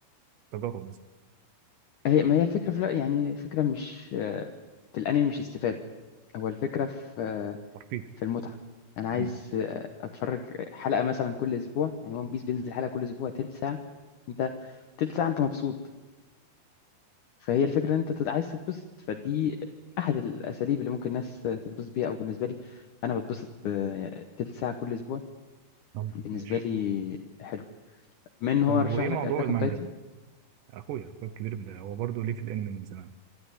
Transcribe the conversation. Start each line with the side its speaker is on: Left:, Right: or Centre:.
Right: تجارب مثلا
Left: هي ما هي الفكرة في لا يعني الفكرة مش آه، في الأنمي مش استفادة هو الفكرة في آه،
Right: ترفيه
Left: في المتعة أنا عايز
Right: مم.
Left: آه، أتفرج حلقة مثلا كل أسبوع يعني ون بيس بينزل حلقة كل أسبوع تلت ساعة أنت تلت ساعة أنت مبسوط فهي الفكرة إن أنت تت- عايز تتبسط فدي أحد الأساليب اللي ممكن الناس تتبسط بيها أو بالنسبة لي أنا بتبسط بتلت ساعة كل أسبوع
Right: طب
Left: بالنسبة
Right: ماشي
Left: لي حلو من هو
Right: طب
Left: رشح
Right: وايه
Left: لك
Right: موضوع
Left: أتاك
Right: المانجا
Left: أون تايتن
Right: اخويا اخويا الكبير من- هو برضه ليه في الانمي من زمان